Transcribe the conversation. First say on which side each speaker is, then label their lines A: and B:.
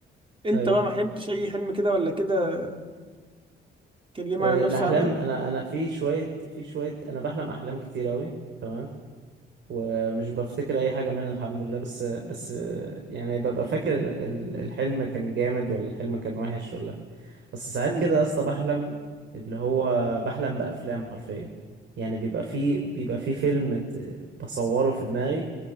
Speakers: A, on the right; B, on the right.
A: أنت
B: ايوه
A: بقى ما حلمتش أي حلم كده ولا كده كان ليه معنى
B: آه،
A: نفسي
B: الاحلام
A: عندك؟
B: انا انا في شوية في شوية انا بحلم احلام كتير اوي تمام ومش بفتكر اي حاجه منها الحمد لله بس بس يعني ببقى فاكر ال- الحلم كان جامد ولا الحلم كان وحش ولا بس ساعات
A: مم.
B: كده يا اسطى بحلم اللي هو بحلم بافلام حرفيا يعني بيبقى فيه بيبقى فيه فيلم ت- بصوره في دماغي